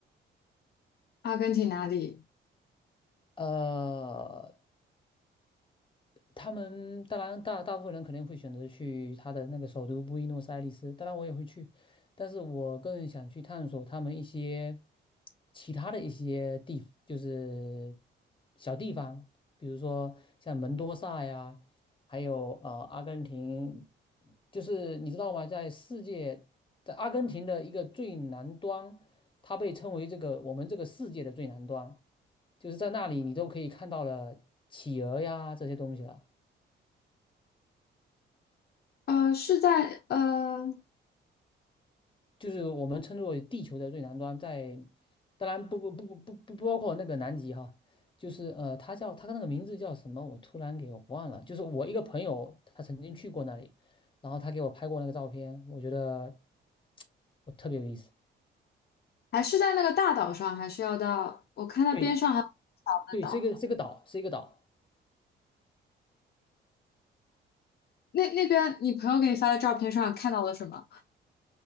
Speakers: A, on the left; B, on the left.
A: 阿根廷哪里？
B: 呃，他们当然大大部分人肯定会选择去他的那个首都布宜诺斯艾利斯，当然我也会去，但是我更想去探索他们一些其他的一些地，就是小地方，比如说像门多萨呀，还有呃阿根廷，就是你知道吗？在世界，在阿根廷的一个最南端，它被称为这个我们这个世界的最南端，就是在那里你都可以看到了企鹅呀这些东西了。
A: 呃，是在呃，
B: 就是我们称作地球的最南端在，当然不不不不不不包括那个南极哈，就是呃，它叫它那个名字叫什么？我突然给我忘了。就是我一个朋友，他曾经去过那里，然后他给我拍过那个照片，我觉得我特别有意思。
A: 还是在那个大岛上，还是要到？我看到边上还有小的岛。
B: 对对，是一个是一个岛，是一个岛。
A: 那那边你朋友给你发的照片上看到了什么？